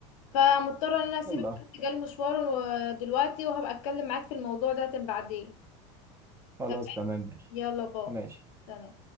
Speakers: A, on the left (about 85°); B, on the right (about 15°).
A: فمضطرة ان انا اسيبك
B: يلا
A: بس جالي مشوار و- دلوقتي وهبقى اتكلم معاك في الموضوع ده بعدين
B: خلاص
A: تمام
B: تمام ماشي
A: يلا باي
B: ماشي
A: سلام